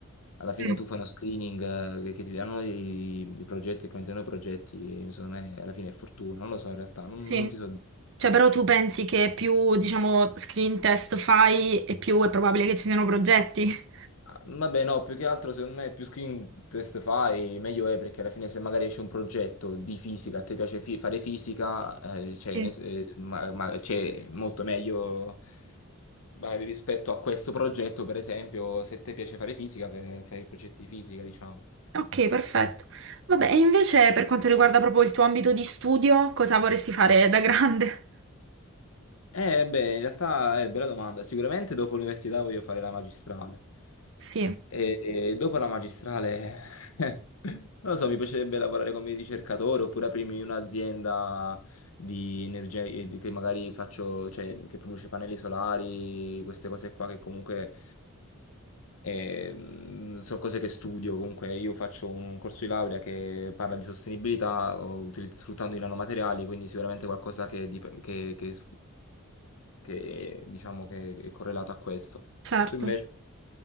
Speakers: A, on the left (about 70°); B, on the right (about 55°).
A: alla fine
B: Mm,
A: tu fai uno screening eh, che, che ti danno i, i progetti, che contengono progetti, secondo me alla fine è fortuna, non lo so in realtà, non,
B: Sì,
A: non ti so dire.
B: cioè però tu pensi che più, diciamo, screen test fai e più è probabile che ci siano progetti?
A: Ah, Vabbè, no, più che altro secondo me più screen test fai, meglio è perché alla fine se magari esce un progetto di fisica, a te piace fi- fare fisica, eh, c'è
B: sì.
A: un es- eh, ma- ma- c'è molto meglio magari rispetto a questo progetto, per esempio, se ti piace fare fisica, per- fai progetti di fisica, diciamo.
B: Ok, perfetto. Vabbè, e invece per quanto riguarda proprio il tuo ambito di studio, cosa vorresti fare da grande?
A: Eh, beh, in realtà è bella domanda. Sicuramente dopo l'università voglio fare la magistrale.
B: Sì.
A: E, e dopo la magistrale, <laughs> non lo so, mi piacerebbe lavorare come ricercatore oppure aprirmi un'azienda di energia eh, di- che magari faccio, cioè che produce pannelli solari, queste cose qua che comunque ehm, sono cose che studio. Comunque io faccio un corso di laurea che parla di sostenibilità o utilizz- sfruttando i nanomateriali, quindi sicuramente qualcosa che, dip- che, che, che diciamo che è correlato a questo.
B: Certo,
A: Tu invece,